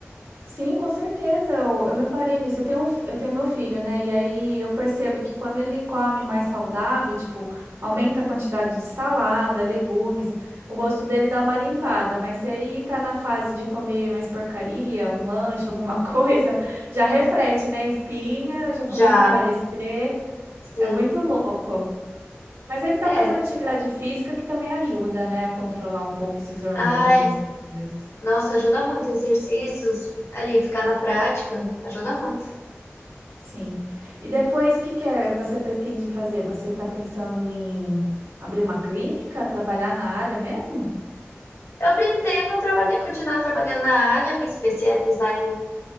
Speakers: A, on the right (about 80°); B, on the left (about 75°).
A: Sim, com certeza. Eu, eu reparei nisso. Eu tenho, um fi- eu tenho meu filho, né? E aí eu percebo que quando ele come mais saudável, tipo, aumenta a quantidade de salada, legumes, o rosto dele dá uma limpada. Mas se aí tá na fase de comer mais porcaria, um lanche, alguma <laughs> coisa, já reflete, né? Espinha já começa
B: Já,
A: a aparecer.
B: sim,
A: É muito louco. Mas ele tá
B: é.
A: fazendo atividade física que também ajuda, né? A controlar um pouco esses hormônios,
B: Ai,
A: essas coisas.
B: nossa, ajuda muito exercícios ali, ficar na prática, ajuda muito.
A: Sim. E depois, o que que é, você pretende fazer? Você está pensando em abrir uma clínica, trabalhar na área mesmo?
B: Eu pretendo trabalhar, continuar trabalhando na área, me especializar em,